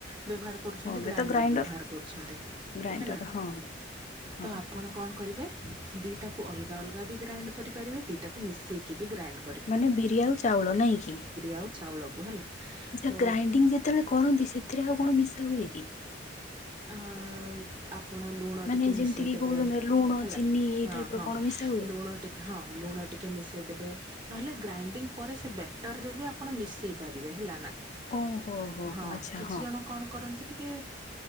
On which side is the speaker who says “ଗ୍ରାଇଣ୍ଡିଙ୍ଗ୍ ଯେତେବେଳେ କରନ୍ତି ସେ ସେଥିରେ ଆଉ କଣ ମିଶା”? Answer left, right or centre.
Left